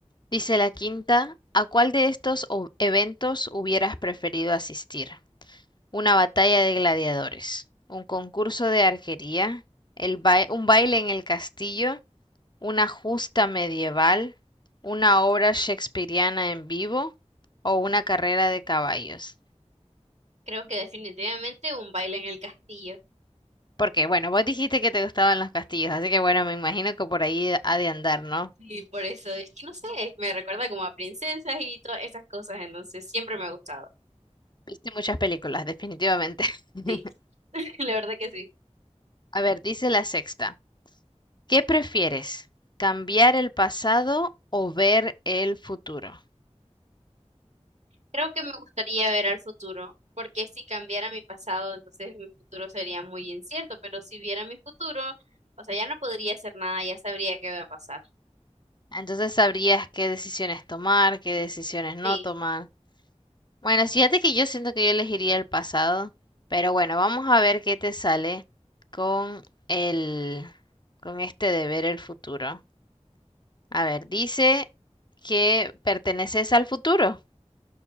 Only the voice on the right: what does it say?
Creo que definitivamente un baile en el castillo.
Y por eso es que no sé, me recuerda como a princesas y todas esas cosas. Entonces siempre me ha gustado.
Sí, <laughs> la verdad que sí.
Creo que me gustaría ver al futuro, porque si cambiara mi pasado, entonces mi futuro sería muy incierto. Pero si viera mi futuro, o sea, ya no podría hacer nada, ya sabría qué va a pasar.
Sí.